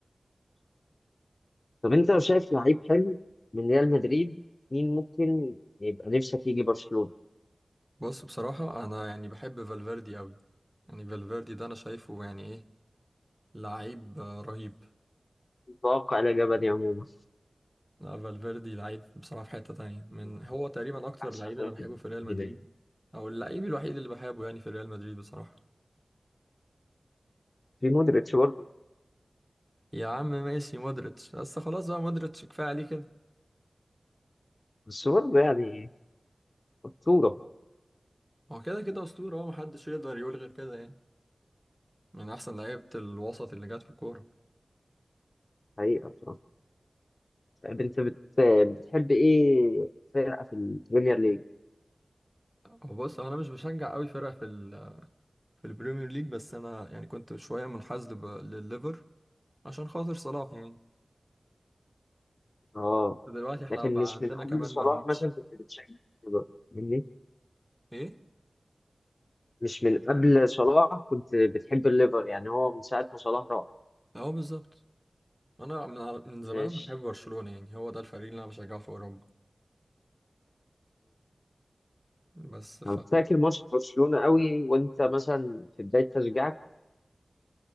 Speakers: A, on the left; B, in the centre.
A: طب انت لو شايف لعيب حلو من ريال مدريد مين ممكن يبقى نفسك يجي برشلونة
B: بص بصراحة أنا يعني بحب فالفيردي قوي يعني فالفيردي ده أنا شايفه يعني إيه لعيب آه، رهيب
A: متوقع لا جبلي عموما
B: لا فالفيردي لعيب بصراحة في حتة تانية من
A: يعني
B: هو
A: هو
B: تقريبا أكتر
A: احسن
B: لعيب أنا
A: واحد
B: بحبه في ريال مدريد
A: هناك
B: أو اللعيب الوحيد اللي بحبه يعني في ريال مدريد بصراحة
A: في مودريتش برضه
B: يا عم ماشي مودريتش بس خلاص بقى مودريتش كفاية عليه كده
A: بس برضه يعني اسطورة
B: هو كده كده أسطورة هو محدش يقدر يقول غير كده يعني من أحسن لعيبة الوسط اللي جت في الكورة
A: حقيقة بصراحة طيب انت بت... بتحب ايه فرقة في البريمير ليج؟
B: هو بص هو أنا مش بشجع أوي فرقة في ال في البريمير ليج بس أنا يعني كنت شوية منحاز لب- للليفر عشان خاطر صلاح يعني
A: اه
B: دلوقتي احنا
A: لكن
B: بقى
A: مش
B: عندنا
A: من قبل
B: كمان
A: صلاح
B: مرموش
A: مثلا كنت بتشجع الليفر، فاهمني؟
B: إيه؟
A: مش من قبل صلاح كنت بتحب الليفر يعني هو من ساعة ما صلاح راح
B: أهو بالظبط انا من من زمان
A: ماشي
B: انا بحب برشلونة يعني هو ده الفريق اللي انا بشجعه في اوروبا بس ف
A: انا فاكر ماتش برشلونة قوي وانت مثلا في بداية تشجيعك